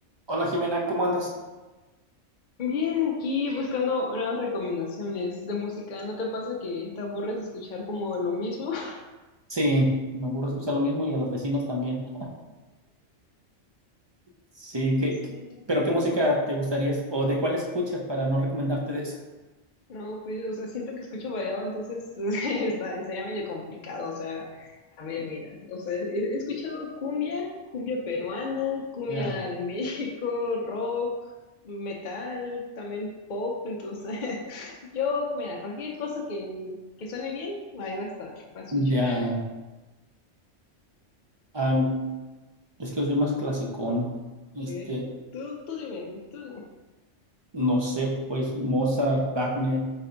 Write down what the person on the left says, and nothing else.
Bien, aquí buscando nuevas recomendaciones de música. ¿No te pasa que te aburres de escuchar como lo mismo? <laughs>
No sé.
No, pues, o sea, siento que escucho variado, entonces <laughs> está, sería medio complicado. O sea, a ver, mira, o sea, he, he escuchado cumbia, cumbia peruana, cumbia
de <laughs> México, rock, metal, también pop. Entonces, <laughs> yo, mira, cualquier cosa que, que suene bien, ahí va a estar, va a escuchar.
A
ver, tú, tú dime, tú.